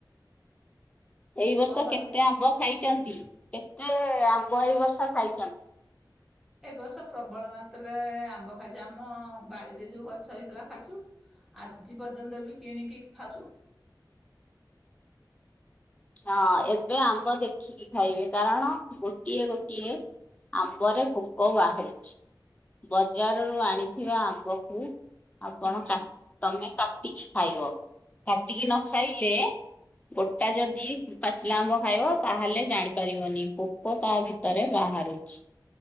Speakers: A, on the left; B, in the centre.
A: ଏଇ ବର୍ଷ
B: କଣ କହିଲେ?
A: କେତେ ଆମ୍ବ ଖାଇଚନ୍ତି କେତେ ଆମ୍ବ ଏଇ ବର୍ଷ ଖାଇଚନ୍ତି?
B: ଏ ବର୍ଷ ପ୍ରବଳ ମାତ୍ରାରେ ଆମ୍ବ ଖାଇଚି ଆମ ବାଡିରେ ଯୋଉ ଗଛ ହେଇଥିଲା ଖାଇଚୁ ଆଜି ପର୍ଯ୍ୟନ୍ତ ବି କିଣିକି ଖାଉଚୁ।
A: ହଁ ଏବେ ଆମ୍ବ ଦେଖିକି ଖାଇବେ କାରଣ ଗୋଟିଏ ଗୋଟିଏ ଆମ୍ବରେ ପୋକ ବାହାରୁଚି। ବଜାରରୁ ଆଣିଥିବା ଆମ୍ବକୁ ଆପଣ
B: ହୁଁ।
A: କା ତମେ କାଟିକି ଖାଇବ। କାଟିକି ନ ଖାଇଲେ ଗୋଟା ଯ ଦି ପାଚିଲା ଆମ୍ବ ଖାଇବ ତାହେଲେ ଜାଣିପାରିବନି ପୋକ ତା ଭିତରେ ବାହାରୁଚି।